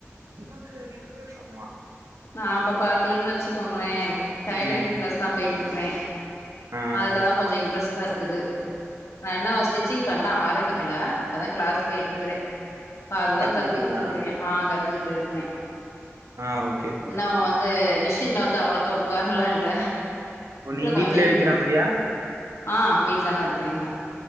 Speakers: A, on the right; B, on the left.
A: இவங்க ரெண்டு பேருக்கு அம்மா
B: நா அப்ப பாத்தீங்கன்னு வச்சுக்கோங்களே டைலரிங்
A: ம்
B: கிளாஸ் தா போயிட்டு இருக்குறே
A: ஆ
B: அதுலதா கொஞ்சோ இன்ட்ரெஸ்ட்டா இருக்குது நா இன்னோ ஸ்டிச்சிங் பண்ண ஆரம்பிக்கல இப்பதா கிளாஸ் போயிட்டு இருக்குறே இப்ப அதுதா
A: கத்துக்கிறீங்களா
B: கத்துக்கிட்டு இருக்றீங்க ஆ கத்துக்கிட்டு இருக்குறே
A: ஆ ஓ
B: இன்னு வந்து மிஷின்ல வந்து அவ்ளோக்கா உக்காரலா இல்ல
A: இப்போ நீங்க
B: கொ
A: வீட்ல
B: வீ
A: விக்கிற மாரியா
B: ஆ வீட்ல தா இருக்குறேங்க